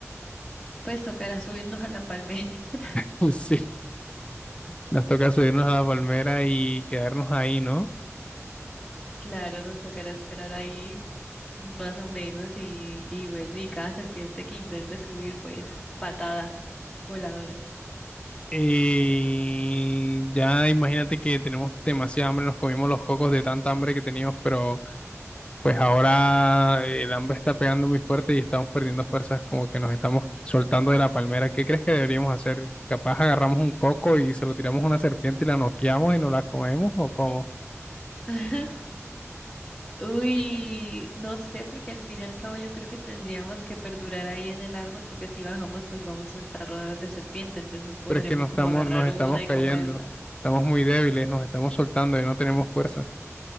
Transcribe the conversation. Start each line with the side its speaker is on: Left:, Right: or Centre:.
Centre: pues tocará subirnos a la palmera. <laughs>
Left: <laughs> Sí, nos toca subirnos a la palmera y quedarnos ahí, ¿no?
Centre: Claro, nos tocará esperar ahí más o menos y, y bueno, y cada serpiente que intente subir, pues patada voladora.
Left: Y ya imagínate que tenemos demasiada hambre, nos comimos los cocos de tanta hambre que teníamos, pero pues ahora el hambre está pegando muy fuerte y estamos perdiendo fuerzas, como que nos estamos soltando de la palmera. ¿Qué crees que deberíamos hacer? ¿Capaz agarramos un coco y se lo tiramos a una serpiente y la noqueamos y nos la comemos o cómo?
Centre: <laughs> Uy, no sé, porque al fin y al cabo yo creo que tendríamos que perdurar ahí en el árbol, porque si bajamos, pues vamos a estar rodeados de serpiente, entonces no podremos
Left: pero es que nos
Centre: como
Left: estamos,
Centre: agarrar
Left: nos estamos
Centre: una
Left: cayendo,
Centre: y comerla.
Left: estamos muy débiles, nos estamos soltando y no tenemos fuerza.